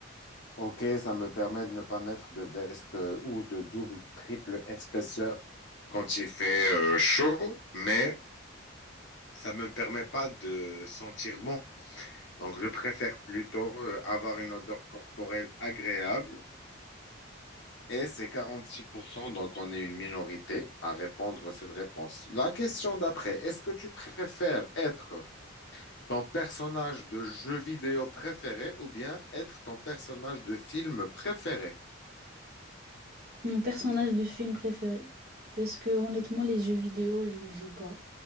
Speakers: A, on the left; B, on the right.
A: OK, ça me permet de ne pas mettre de veste euh, ou de double, triple épaisseur quand il fait euh, chaud, mais ça me permet pas de sentir bon. Donc, je préfère plutôt euh, avoir une odeur corporelle agréable. Et c'est 46%. donc on est une minorité à répondre à cette réponse. La question d'après, est-ce que tu préfères être ton personnage de jeu vidéo préféré ou bien être ton personnage de film préféré?
B: Mon personnage de film préféré. Parce que honnêtement, les jeux vidéo, je ne joue pas.